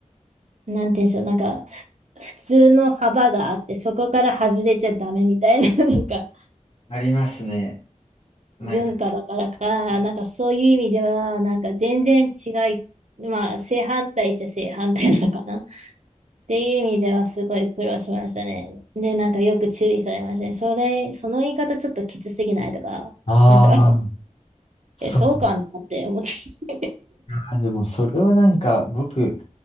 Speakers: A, on the right; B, on the left.
A: なんて言うんでしょう、なんかふ普通の幅があって、そこから外れちゃダメみたいな、<laughs> なんか
B: ありますね。なんか、
A: 文化だからか、なんかそういう意味では、なんか全然違い、まあ正反対っちゃ正反対なのかな。っていう意味ではすごい苦労しましたね。で、なんかよく注意されましたね。それ、その言い方ちょっときつすぎないとか、
B: ああ、
A: なんか、
B: そう。
A: え、そうかなって思って。<laughs>
B: あーでもそれはなんか僕、